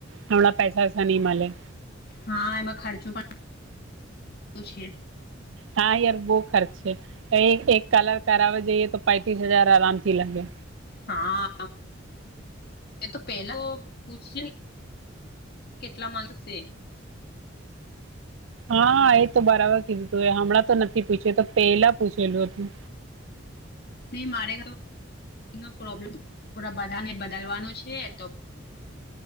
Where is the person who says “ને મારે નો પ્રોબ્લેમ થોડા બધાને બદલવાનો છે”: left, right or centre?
Left